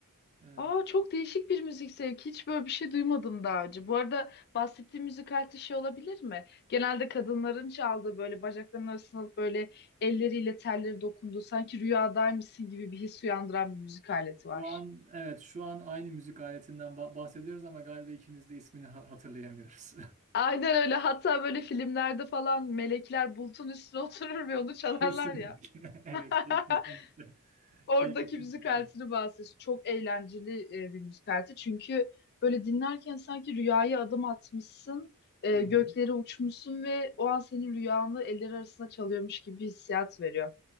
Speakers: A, on the right (about 35°); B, on the left (about 45°).
A: E,
B: Aa çok değişik bir müzik zevki. Hiç böyle bir şey duymadım daha önce. Bu arada bahsettiğim müzik aleti şey olabilir mi? Genelde kadınların çaldığı böyle bacaklarının arasına alıp böyle elleriyle telleri dokunduğu sanki rüyadaymışsın gibi bir his uyandıran bir müzik aleti var.
A: Şu an evet şu an aynı müzik aletinden ba- bahsediyoruz ama galiba ikimiz de ismini ha- hatırlayamıyoruz.
B: Aynen öyle. Hatta böyle filmlerde falan melekler bulutun üstüne <laughs> oturur ve onu
A: <laughs>
B: çalarlar
A: Kesinlikle.
B: ya.
A: <laughs> Evet,
B: <laughs>
A: kesinlikle.
B: Oradaki
A: Ke- Kesinlikle.
B: müzik aletini bahsediyorsun. Çok eğlenceli e, bir müzik aleti. Çünkü böyle dinlerken sanki rüyaya adım atmışsın, e,
A: Hı hı.
B: göklere uçmuşsun ve o an senin rüyanı eller arasında çalıyormuş gibi bir hissiyat veriyor.